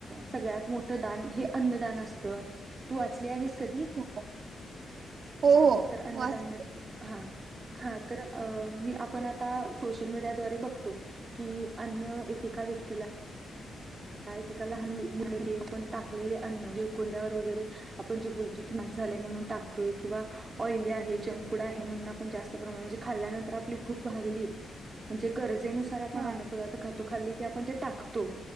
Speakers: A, on the right; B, on the right.
A: सगळ्यात मोठं दान हे अन्नदान असतं तू वाचली आहेस कधी
B: हो हो
A: हा
B: हो
A: तर अन्नधान्य
B: वाच
A: हा हा तर मी आपण आता सोशल मीडियाद्वारे बघतो कि अन्न एकेका व्यक्तीला एका लहान मुले पण टाकलेले अन्न म्हणजे उकडल्यावर वगैरे आपण जे बोलतोय की नास झालाय म्हणून टाकतोय किंवा ऑइली आहे जंक फूड आहे म्हणून पण जास्त प्रमाण म्हणजे खाल्ल्यानंतर आपली भूक भागली म्हणजे गरजेनुसार आपण
B: हा
A: अन्न पदार्थ खातो खाली की आपण ते टाकतो